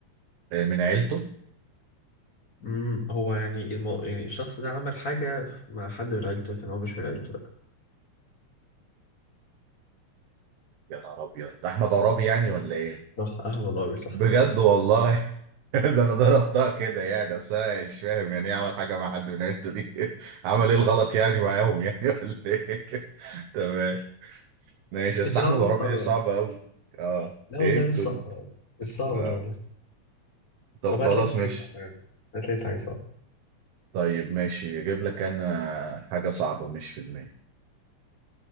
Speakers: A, on the right; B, on the left.
A: آه، من عيلته
B: مم. هو يعني المو... يعني الشخص ده عمل حاجة ف- مع حد من عيلته لكن هو مش من عيلته لا
A: يا نهار أبيض ده أحمد عرابي يعني ولا إيه
B: صح اه والله مش صح
A: بجد والله <laughs> ده انا ضربتها كده يعني اصل أنا مش فاهم يعني ايه عمل حاجه مع حد من عيلته دي <laughs> عمل ايه الغلط يعني معاهم يعني <laughs> ولا ايه تمام ماشي بس
B: لا
A: احمد
B: والله
A: عرابي
B: مش صعبة
A: دي صعبه
B: يعني
A: قوي اه
B: لا والله
A: ايه بتقول
B: مش صعبة مش صعبة
A: اه
B: ده والله
A: طب
B: طب
A: خلاص
B: هات لي انت
A: ماشي
B: حاجة صعبة يعني هات لي انت حاجة صعبة
A: طيب ماشي اجيب لك انا حاجه صعبه مش في دماغي